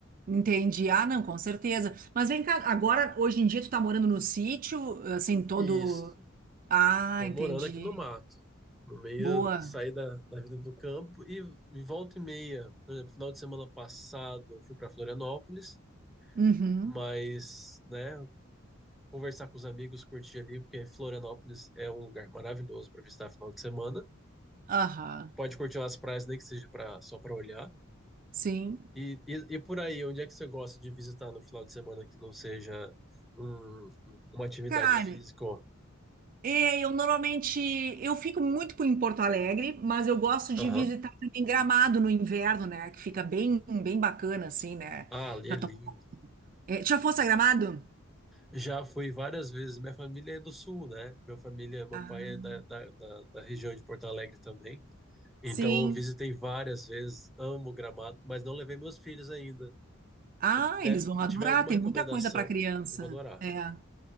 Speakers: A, on the right; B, in the centre.
A: entendi. Ah, não, com certeza. Mas vem cá, agora, hoje em dia, tu tá morando no sítio, assim, todo.
B: Isso.
A: Ah,
B: Estou
A: entendi.
B: morando aqui no mato, no meio,
A: Boa.
B: saí da, da vida do campo e, e volta e meia. Por exemplo, final de semana passado eu fui para Florianópolis,
A: Uhum.
B: mas, né, conversar com os amigos, curtir ali, porque Florianópolis é um lugar maravilhoso para visitar final de semana.
A: Aham,
B: Pode curtir as praias, nem que seja pra, só para olhar.
A: sim.
B: E, e, e por aí, onde é que você gosta de visitar no final de semana que não seja um- um, uma atividade
A: Cara,
B: física? ó?
A: é, eu normalmente eu fico muito por- em Porto Alegre, mas eu gosto
B: Aham.
A: de visitar também Gramado no inverno, né? Que fica bem, bem bacana, assim, né?
B: Ah, ali
A: Pra
B: é lindo.
A: tomar... É, já fosse a Gramado?
B: Já fui várias vezes. Minha família é do sul, né? Minha família, meu
A: Ah,
B: pai é da, da, da, da região de Porto Alegre também. Então
A: sim.
B: eu visitei várias vezes, amo Gramado, mas não levei meus filhos ainda.
A: Ah,
B: Se você puder,
A: eles vão adorar,
B: tiver alguma
A: tem
B: recomendação,
A: muita coisa para criança.
B: eu vou adorar.
A: É.